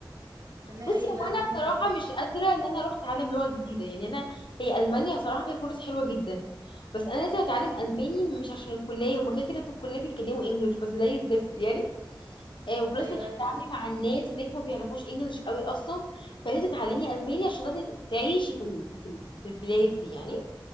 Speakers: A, on the right; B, on the left.
A: استناي
B: بصي
A: اي
B: هو
A: بلد
B: انا
A: وهم
B: بصراحه
A: تاخديها
B: مش قادره ان انا اروح اتعلم لغه جديده يعني انا هي المانيا بصراحه فيها فرص حلوه جدا بس انا لازم اتعلم
A: امم
B: الماني مش عشان الكليه هما كده كده في الكليه بيتكلموا انجلش بس زي الزفت يعني آه وبلس
A: ايوه
B: انك هتتعاملي
A: دي حقيقة
B: مع الناس هناك ما بيعرفوش انجلش قوي اصلا فلازم تتعلمي الماني عشان تعرفي تعيشي في ال... في ال... في البلاد دي يعني